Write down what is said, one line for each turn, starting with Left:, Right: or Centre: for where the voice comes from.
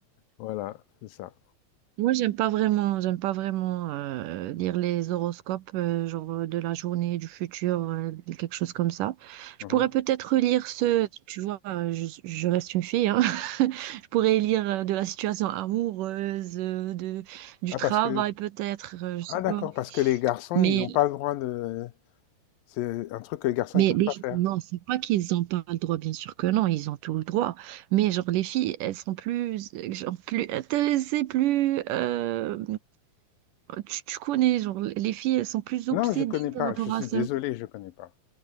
Left: Voilà, c'est ça.
Right: Moi, j'aime pas vraiment, j'aime pas vraiment euh, lire les horoscopes, euh, genre euh, de la journée, du futur, euh, quelque chose comme ça. Je
Left: Mhm.
Right: pourrais peut-être lire ce, tu vois, euh, je, je reste une fille, hein. <laughs> Je pourrais lire euh, de la situation amoureuse, euh, de, du
Left: Ah,
Right: travail
Left: parce que,
Right: peut-être, euh, je sais
Left: ah d'accord,
Right: pas.
Left: parce que les garçons,
Right: Mais
Left: ils n'ont pas le droit de, c'est un truc que les garçons,
Right: Mais
Left: ils peuvent
Right: les
Left: pas
Right: filles,
Left: faire.
Right: non, c'est pas qu'ils n'ont pas le droit, bien sûr que non, ils ont tout le droit. Mais genre les filles, elles sont plus, euh, genre, plus intéressées, plus. euh, tu, tu connais, genre les filles, elles sont plus obsédées
Left: Non, je connais pas,
Right: par rapport
Left: je suis
Right: à ça.
Left: désolé, je connais pas.